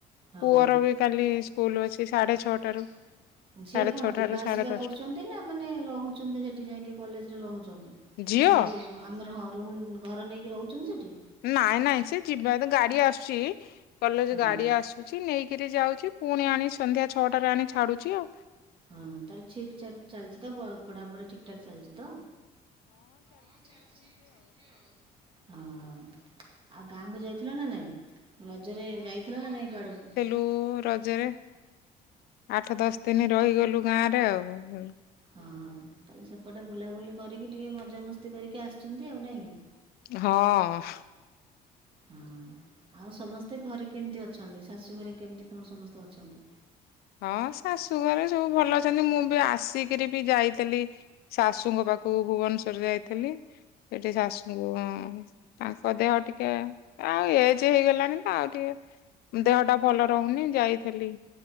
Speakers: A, on the right (about 35°); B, on the left (about 75°).
A: ହଁ।
B: ପୁଅର ବି କାଲି ସ୍କୁଲ ଅଛି ସାଡେ
A: ସାଢ଼େ
B: ଛଅଟାରୁ।
A: ଛଅଟାରେ। ଝିଅ
B: ସାଢେ
A: କଣ
B: ଛଅଟାରୁ
A: ଯିବା ଆସିବା
B: ସାଢେ ଦଶଟା
A: କରୁଛନ୍ତି ନା ମାନେ ରହୁଛନ୍ତି ସେଠି ଯାଇକି କଲେଜରେ ରହୁଛନ୍ତି।
B: ଜିଅ
A: ମାନେ ଯେଉଁ ଆମର ହଁ ରୁମ୍ ଘର ନେଇକି ରହୁଛନ୍ତି ସେଠି।
B: ନାଇଁ ନାଇଁ ସିଏ ଯିବା ଦା ଗାଡି ଆସୁଚି କଲେଜ
A: ହଁ।
B: ଗାଡି ଆସୁଛି ନେଇକିରି ଯା ଆଉଛି ପୁଣି ଆଣି ସନ୍ଧ୍ୟା ଛଅଟାରେ ଆଣି ଛାଡୁଛି ଆଉ।
A: ହଁ ତାହେଲେ ଛିକ୍ ଛାକ୍ ଚାଲିଛି ତ ପ ପଢାପଢି ଠିକ୍ ଠାକ୍ ଚାଲିଛି ତ? ହଁ ଚାଲିଛି ସେମତି ଆଉ। ଅ ହ ଆଉ ଗାଁକୁ ଯାଇଥିଲ ନା ନାଇଁ ରଜରେ ଯାଇଥିଲ ନା ନାଇଁ କୁଆଡେ ବୁ
B: ଓ ରଜେରେ ଆଠ ଦଶ ଦିନି ରହିଗଲୁ ଗାଁରେ ଆଉ ଉଁ ଉଁ।
A: ହଁ ହଁ ତାହେଲେ ସେପଟେ ବୁଲାବୁଲି କରିକି ଟିକେ ମଜାମସ୍ତି କରିକି ଆସିଛନ୍ତି ଆଉ ନାଇଁ କି।
B: ହଁ ଉଁ।
A: ହଁ। ଆଉ ସମସ୍ତେ ଘରେ କେମତି ଅଛନ୍ତି ଶାଶୁ ଘରେ କେମତି କଣ ସମସ୍ତେ ଅଛନ୍ତି?
B: ହଁ ଶାଶୁ ଘରେ ସବୁ ଭଲ ଅଛନ୍ତି ମୁଁ ବି ଆସିକିରି ବି ଯାଇତେଲି। ଶାଶୁଙ୍କ ପାଖୁକୁ ଭୁବନଶ୍ଵର ଯାଇଥେଲି ସେଠି ଶାଶୁଙ୍କୁ ଉଁ ତାଙ୍କ ଦେହ ଟିକେ ଆଉ ଏଜେ ହେଇଗଲାଣି ତ ଆଉ ଟିକେ ଦେହଟା ଭଲ ରହୁନି ଯାଇଥେଲି।